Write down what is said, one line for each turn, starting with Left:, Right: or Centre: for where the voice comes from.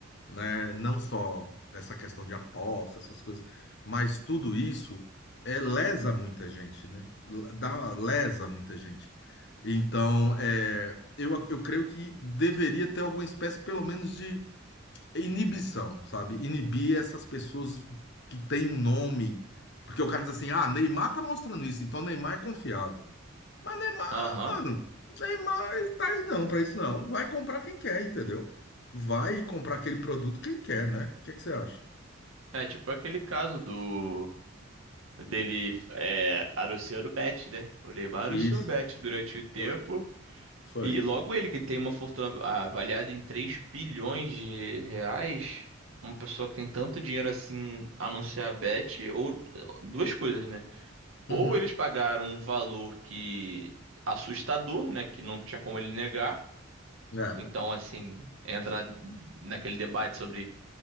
Left: né? Não só essa questão de aposta, essas coisas, mas tudo isso é, lesa muita gente, né? L- Dá, lesa muita gente. Então, é, eu, eu creio que deveria ter alguma espécie, pelo menos, de inibição, sabe? Inibir essas pessoas que têm um nome. Porque o cara diz assim, ah, Neymar tá mostrando isso, então Neymar é confiável. Mas Neymar,
Right: aham.
Left: mano, Neymar ele tá aí não pra isso não. Vai comprar quem quer, entendeu? Vai comprar aquele produto quem quer, né? O que que você acha?
Right: É tipo aquele caso do. Dele é, anunciando bet, né? O Neymar
Left: Isso,
Right: anunciou bet durante o tempo.
Left: foi, foi.
Right: E logo ele que tem uma fortuna avaliada em 3 bilhões de reais, uma pessoa que tem tanto dinheiro assim anunciar a bet, ou duas coisas, né?
Left: Uhum.
Right: Ou eles pagaram um valor que assustador, né, que não tinha como ele negar.
Left: É,
Right: Então, assim, entra na- naquele debate sobre